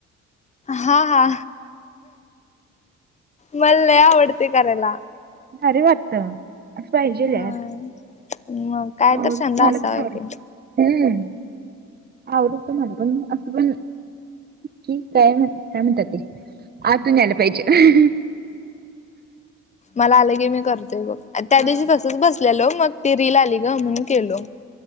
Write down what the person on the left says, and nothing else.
हा हा मला आवडते करेला
मग
काय
तर छंद असावा
की
मला आलं की मी करतोय बघ
त्या दिवशी तसच बस मग ती रिलाली ग म्हणून केलो